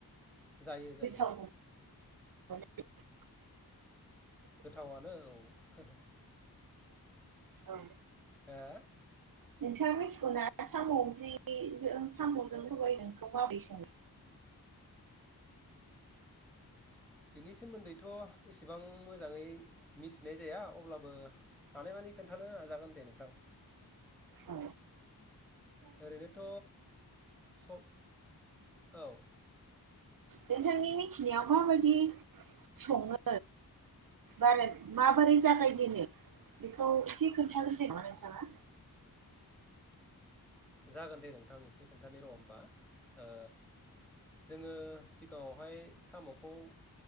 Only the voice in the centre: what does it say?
जायो जायो।
गोथावआनो औ।
हो
बिनि सोमोन्दैथ एसेबां मोजाङै मिथिनाय जाया अब्लाबो हानायमानि खोन्थानो हाजागोन दे नोंथां।
ओरैनोथ स औ।
जागोन दे नोंथां एसे। खोन्थानि र होनबा ओ जोङो सिगाङावहाय सामखौ